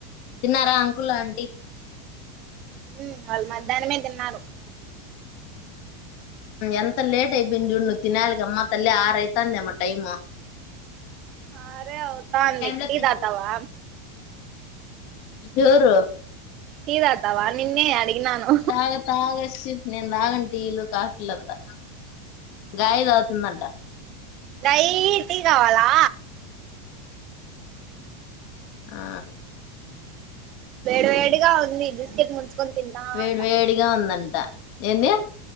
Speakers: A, on the left; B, on the right.
A: తిన్నారా అంకుల్, ఆంటీ?
B: హ్మ్, వాళ్ళు మధ్యాహ్నమే తిన్నారు.
A: ఎంత లేట్ అయిపోయింది చూడు తినాలికి అమ్మ తల్లి ఆరు అయితాంది అమ్మ టైమ్.
B: అ రే అవుతా అంది
A: లో
B: టీ
A: తినకూడదు
B: తాగుతావా?
A: ఎవరు?
B: టీ తాగుతావా నిన్నే అడిగినాను.
A: తాగ తాగచ్చు నేను తాగం టీలు కాఫీలుంతా గాయ తాతుందంట.
B: లైట్ టీ కావాలా?
A: ఆ
B: వేడి వేడిగా ఉంది బిస్కెట్ ముంచుకొని తింటా
A: వేడి
B: ఉండా
A: వేడిగా ఉందంట. ఏంది?